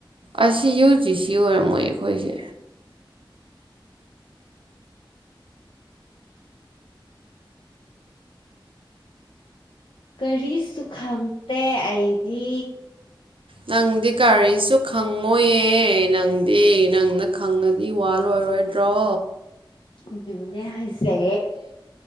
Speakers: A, on the right (about 85°); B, on the left (about 75°).
A: ꯑꯁꯤ ꯌꯨ ꯖꯤ ꯁꯤ ꯑꯣꯏꯔꯝꯃꯣꯏ ꯑꯩꯈꯣꯏꯁꯦ
B: ꯀꯔꯤꯁꯨ ꯈꯪꯗꯦ ꯑꯩ ꯗꯤ
A: ꯅꯪꯗꯤ ꯀꯔꯤꯁꯨ ꯈꯪꯉꯣꯏꯌꯦ ꯅꯪꯗꯤ ꯅꯪꯅ ꯈꯪꯉꯗꯤ ꯋꯥꯂꯣꯏꯔꯣꯏꯗ꯭ꯔꯣ
B: ꯑꯗꯨꯕꯨꯅꯦ ꯍꯥꯏꯁꯦ